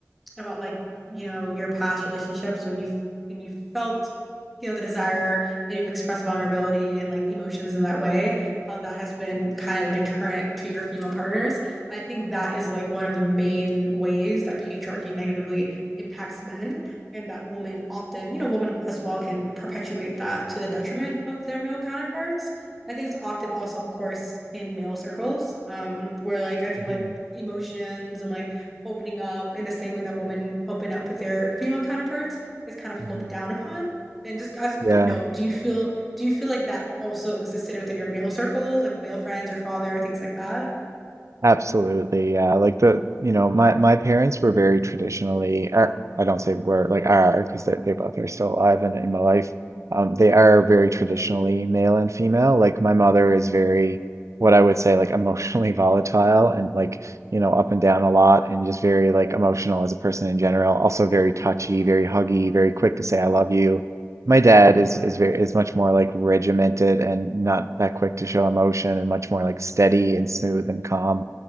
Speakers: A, in the centre; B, on the right.
A: about like you know your past relationships when you when you felt you know the desire and you've expressed vulnerability and like emotions in that way how that has been kind of a deterrent to your female partners i think that is like one of the main ways that patriarchy negatively impacts men and that women often you know women as well can perpetuate that to the detriment of their male counterparts i think it's often also of course in male circles um where like i think
B: Mhm,
A: like emotions and like opening up in the same way that women open up with their female counterparts is kind of
B: mhm.
A: looked down upon. And just as a quick
B: Yeah.
A: note, do you feel do you feel like that also existed within your male circles, like male friends, your father, things like that?
B: Absolutely, yeah. Like the, you know, my my parents were very traditionally, are, I don't say were like are because they they both are still alive and in my life. Um, they are very traditionally male and female. Like my mother is very,
A: Mm,
B: what I would say, like emotionally <laughs> volatile and like, you know, up and down a lot and just very like emotional as a person in general. Also very touchy, very huggy, very quick to say I love you. My dad
A: Yeah.
B: is is very is much more like regimented and not that quick to show emotion and much more like steady and smooth and calm.